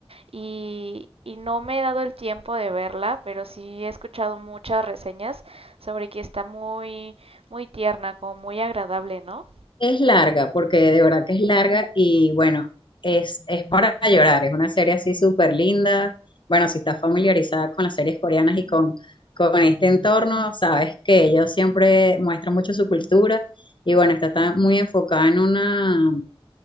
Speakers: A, on the right (about 75°); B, on the left (about 55°).
A: y, y no me he dado el tiempo de verla, pero sí he escuchado muchas reseñas sobre que está muy, muy tierna, como muy agradable, ¿no?
B: Es larga, porque de verdad que es larga y bueno, es, es para llorar, es una serie así súper linda. Bueno, si estás familiarizada con las series coreanas y con, con este entorno, sabes que ellos siempre muestran mucho su cultura y bueno, está, tan muy enfocada en una